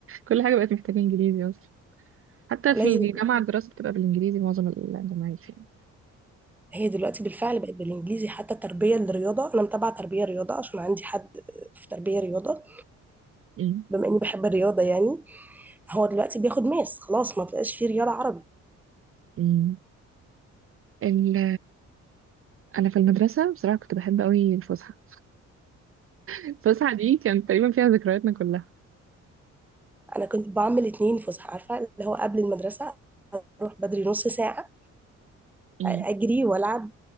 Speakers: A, on the right (about 45°); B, in the centre.
A: كل حاجه بقت محتاجه انجليزي اصلا حتى في
B: لازم
A: الجامعه الدراسه بتبقى بالانجليزي معظم الجامعات يعني
B: هي دلوقتي بالفعل بقت بالانجليزي حتى تربيه الرياضه انا متابعه تربيه رياضه عشان عندي حد في تربيه رياضه
A: أمم،
B: بما اني بحب الرياضه يعني هو دلوقتي بياخد ماس خلاص ما بقاش في رياضه عربي
A: أمم. ال انا في المدرسه بصراحه كنت بحب قوي الفسحه الفسحه دي كانت تقريبا فيها ذكرياتنا كلها
B: انا كنت بعمل اتنين فسحه عارفه اللي هو قبل المدرسه اروح بدري نص ساعه
A: أمم.
B: اجري والعب